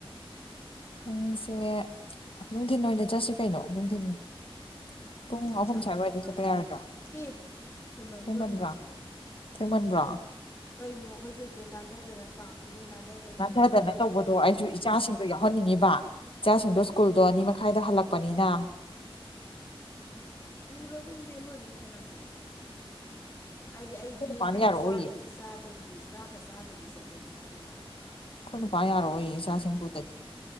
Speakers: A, on the left; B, on the left.
A: ꯄꯨꯡꯁꯦ ꯅꯨꯡꯊꯤꯟ ꯑꯣꯏꯅ ꯆꯠꯁꯦ ꯀꯩꯅꯣ ꯅꯨꯡꯊꯤꯟ꯫
B: ꯑꯗꯨꯝ
A: ꯄꯨꯡ ꯑꯍꯨꯝ
B: ꯆꯥꯛ
A: ꯁ꯭ꯋꯥꯏ
B: ꯇꯣꯛꯑꯒ
A: ꯋꯥꯏꯗ ꯆꯠꯄ ꯌꯥꯔꯣꯏꯗ꯭ꯔꯣ
B: ꯑꯦ ꯍꯦꯃꯟꯗ꯭ꯔꯣ
A: ꯊꯦꯡꯃꯟꯕ꯭ꯔꯥ
B: ꯅꯪꯁꯨ
A: ꯊꯦꯡꯃꯟꯕ꯭ꯔꫭ꯫
B: ꯀꯩꯅꯣ ꯑꯈꯣꯏꯗꯤ ꯍꯦꯛꯇ ꯅꯥꯟꯗꯗꯅ ꯄꯥꯛꯛꯇꯨꯗ ꯅꯥꯟꯗ
A: ꯅꯥꯟꯊꯗꯅ ꯇꯧꯕꯗꯣ ꯑꯩꯁꯨ ꯏꯆꯥꯁꯤꯡꯗꯣ ꯌꯥꯎ ꯍꯟꯅꯤꯡꯉꯤꯕ ꯏꯆꯥꯁꯤꯡꯗꯣ ꯁ꯭ꯀꯨꯜꯗꯣ ꯑꯅꯤ ꯃꯈꯥꯏꯗ ꯍꯜꯂꯛꯄꯅꯤꯅ
B: ꯑꯣ ꯄꯨꯔꯒꯨꯝꯖꯦ ꯃꯣꯏ ꯑꯗꯨꯝ ꯊꯅꯝꯃꯣ ꯍꯥꯏꯗꯤ ꯑꯩꯗꯤ
A: ꯑꯩꯈꯣꯏ ꯅꯨꯄꯥꯅ
B: ꯑꯩꯅ ꯍꯥꯏꯗꯤ
A: ꯌꯥꯔꯛꯑꯣꯏꯌꯦ
B: ꯆꯥꯛꯀꯁꯦ ꯆꯥꯗꯕꯤ ꯆꯥꯛꯀ ꯆꯥꯗꯕꯤ ꯆꯠꯂꯖꯦ ꯍꯥꯏꯔꯒ꯫
A: ꯑꯈꯣꯏ ꯅꯨꯄꯥ ꯌꯥꯔꯛ ꯑꯣꯏꯌꯦ ꯏꯆꯥꯁꯤꯡ ꯄꯨꯗꯗꯤ